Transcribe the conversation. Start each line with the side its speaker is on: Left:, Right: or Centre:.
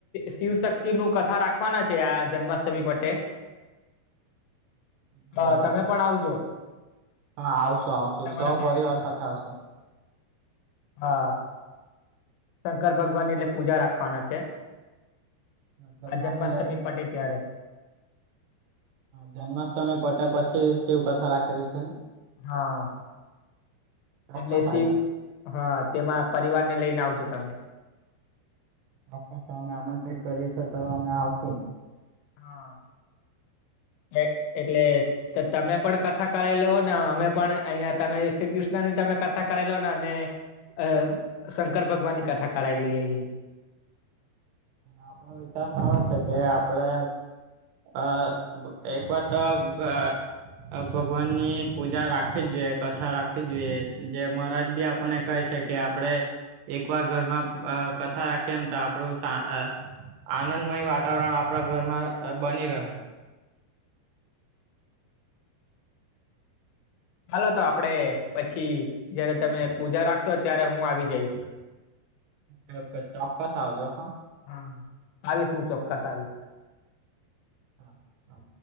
Left: શિવશક્તિનું કથા રાખવાના છે, આ જન્માષ્ટમી પટે
Right: <inaudible> બરાબર
Left: હ, તમે
Right: છે
Left: પણ આવજો.
Right: હા, આવસુ, આવસુ,
Left: તમારા
Right: સહપરીવાર
Left: ફેમિલી
Right: સાથે આવસુ.
Left: હા શંકર ભગવાનની એટલે પૂજા રાખવાના છે,
Right: મતલબમાં
Left: આ જન્માષ્ટમી
Right: કે
Left: પતે ત્યારે
Right: જન્માષ્ટમી પતે પછી શિવ કથા રાખેલી છે?
Left: હા,
Right: ચોક્કસ
Left: એટલે શિવ
Right: આવીશું
Left: હા, તેમાં પરિવાર ને લઈને આવજો તમે.
Right: અમને તમે આમંત્રિત કરીએ છે, તો અમે આવસુ.
Left: હા, એ એટલે તે તમે પણ કથા કરાઈ લેઓ ને અમે પણ અહિયાં તમે શ્રી કૃષ્ણની તમે કથા કરાઈ લોને અમે અ શંકર ભગવાનની કથા કરાઈ લઈએ.
Right: આપણો વિચાર સારો છે કે આપડે અ એક વાર તો ગા આ ભગવાનની પૂજા રાખવી જ જોઈએ, કથા રાખવી જોઈએ. જે મારાજ બી આપ પને કહે છે કે આપણે એક વાર ઘરમાં અ કથા રાખીએ ન તો આપડું આ અ આનંદમય વાતાવરણ આપણા ઘરમાં અ બની રહે
Left: હાલો તો આપડે પછી જયારે તમે પૂજા રાખશો ત્યારે હું આવી જઈશ.
Right: ચોક્કસ ચોક્કસ આવજો હ
Left: હા આવીશ હું ચોક્કસ આવીશ.
Right: હા હા